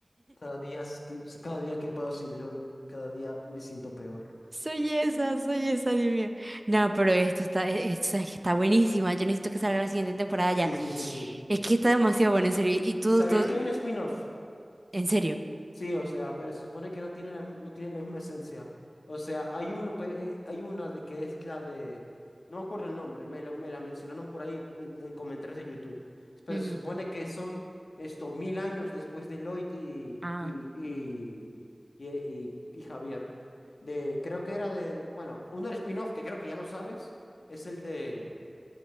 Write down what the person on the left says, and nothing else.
Cada día, es que- cada día que paso sin Lloyd, cada día me siento peor.
Sí,
sí, sí, sí.
¿Sabías
que hay un spin-off?
Sí, o sea, pero se supone que no tiene la, mi- no tiene la misma esencia. O sea, hay uno, pe- eh, hay una de que es la de, no me acuerdo el nombre, me la, me la mencionaron por ahí en, en comentarios de YouTube. Pero
se supone que son esto mil años después de Lloyd y,
y, y, y, y, y Javier. De, creo que era del, bueno, uno del spin-off que creo que ya lo sabes, es el de